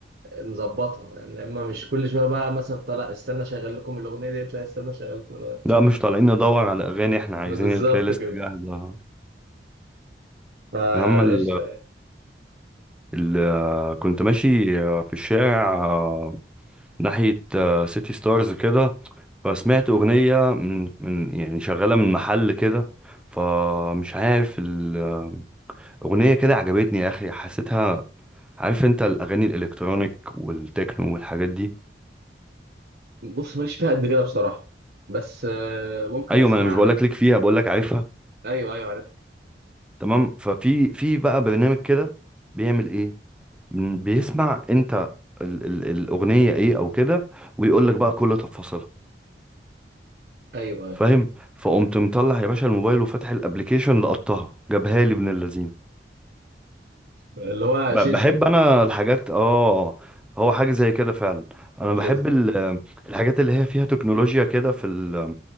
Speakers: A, on the right; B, in the centre.
A: نظبطها فاهم لأما مش كل شوية بقى مثلا طلع استنى شغل لكم الأغنية ديت لا استنى شغل لكم الأغنية
B: لا مش طالعين ندور على اغاني احنا عايزين
A: بالظبط
B: البلاي ليست
A: كده
B: جاهزه
A: فقشطة
B: اهم ال
A: يعني
B: ال كنت ماشي في الشارع ناحية آه، سيتي ستارز كده فسمعت أغنية من من يعني شغالة من محل كده فمش عارف الأغنية كده عجبتني يا أخي حسيتها عارف أنت الأغاني الإلكترونيك والتكنو والحاجات دي
A: بص ماليش فيها قد كده بصراحة بس آه، ممكن
B: أيوة
A: اسمعها
B: ما أنا مش بقولك
A: يعني
B: ليك فيها بقولك عارفها
A: ايوه ايوه عارف
B: تمام ففي في بقى برنامج كده بيعمل إيه بن- بيسمع أنت ال ال الأغنية إيه أو كده ويقولك بقى كل تفاصيلها
A: ايوه ايوه
B: فاهم فقمت مطلع يا باشا الموبايل وفاتح الابليكيشن لقطها جابها لي ابن اللذين
A: اللي هو
B: ب-
A: شزمي
B: بحب انا الحاجات اه هو حاجه زي كده فعلا
A: هو
B: انا
A: شزمي
B: بحب ال- الحاجات اللي هي فيها تكنولوجيا كده في ال-